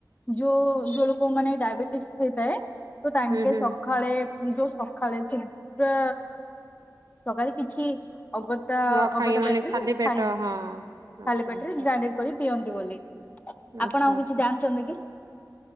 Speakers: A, on the left (about 20°); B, on the right (about 55°).
A: ଯୋଉ ଯୋଉ ଲୋକ ମାନେ ଡାଇବେଟିସ ହେଇଥାଏ ତ ତାଙ୍କେ
B: ହୁଁ ହୁଁ
A: ସକାଳେ ଯୋଉ ସକାଳେ ସେ ପା ସକାଳେ କିଛି ଅଗ
B: ନ ଖାଇ
A: ଅଗତା
B: ମାନେ
A: ବେଟରେ
B: ଖାଲି
A: ଖାଇ
B: ପେଟ ହଁ ଆଚ୍ଛା
A: ଖାଲି ବେଟରେ
B: ଆଚ୍ଛା।
A: ଗ୍ରାଇଡି କରି ପିଅନ୍ତି ବୋଲି
B: ଆଚ୍ଛା
A: ଆପଣ ଆଉ
B: ଆଚ୍ଛା
A: କିଛି ଜାଣିଛନ୍ତି କି?